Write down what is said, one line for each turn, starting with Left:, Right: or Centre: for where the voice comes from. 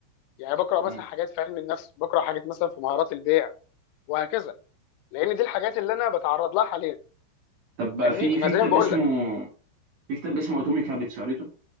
Left: يعني بقرا مثلا
Right: مم.
Left: حاجات في علم النفس بقرا حاجات مثلا في مهارات البيع وهكذا لان دي الحاجات اللي انا بتعرض لها حاليا
Right: طب بقى
Left: فاهمني
Right: في
Left: انا
Right: في
Left: زي
Right: كتاب
Left: ما بقول
Right: اسمه
Left: لك
Right: في كتاب اسمه اتوميك هابتس قريته